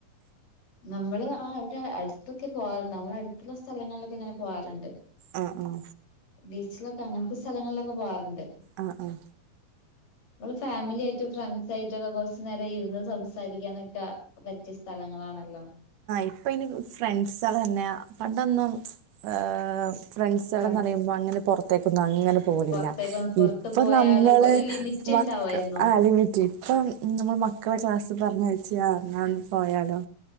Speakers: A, on the left; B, on the right.
A: നമ്മള് ആ ഇവിടെ അടുത്തൊക്കെ പോവാറുണ്ട്. നമ്മള അടുത്തുള്ള സ്ഥലങ്ങളിലൊക്കെ ഇങ്ങനെ പോവാറുണ്ട്
B: ആ ആഹ്
A: ബീച്ചിലൊക്കെ അങ്ങനത്തെ സ്ഥലങ്ങളിലൊക്കെ പോവാറുണ്ട്
B: ആഹ് ആഹ്
A: മ്മള് ഫാമിലി ആയിട്ടും ഫ്രണ്ട്സ് ആയിട്ടൊക്കെ കൊറച്ചു നേരം ഇരുന്ന് സംസാരിക്കാനൊക്കെ പറ്റിയ സ് ഥലങ്ങളാണല്ലോ
B: ഇപ്പ അയിന് ഫ്രണ്ട്സള് തന്നെയാ. പണ്ടൊന്നും ഏഹ് ഫ്രണ്ട്സോളന്നറിയുമ്പോ
A: ഫ്രണ്ട്സ്
B: അങ്ങനെ പുറത്തേക്കൊന്നും അങ്ങനെ പോവലില്ല
A: പുറത്തേക്കൊന്ന് പുറത്ത്
B: ഇപ്പൊ
A: പോയാലും
B: നമ്മള്
A: ഒരു ലിമിറ്റ്
B: മക്ക
A: ഉണ്ടാവായിരുന്നു
B: ആ ലിമിറ്റ് ഇപ്പം നമ്മള് മക്കളെ ക്ലാസ്സിൽ പറഞ്ഞയച്ച് ആ എന്ന ഒന്ന് പോയാലോ